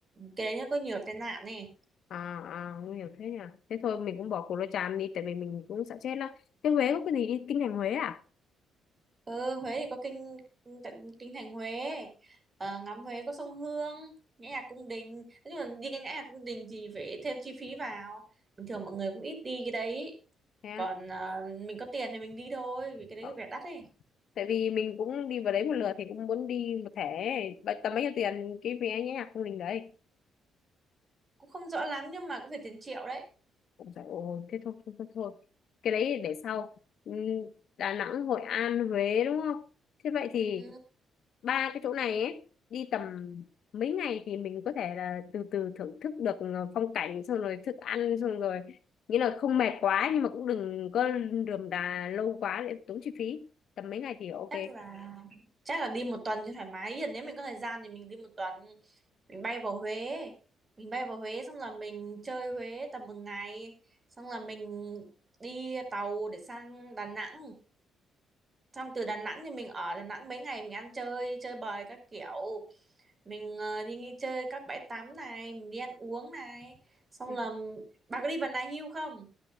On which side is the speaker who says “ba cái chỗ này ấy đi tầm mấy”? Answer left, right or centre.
Left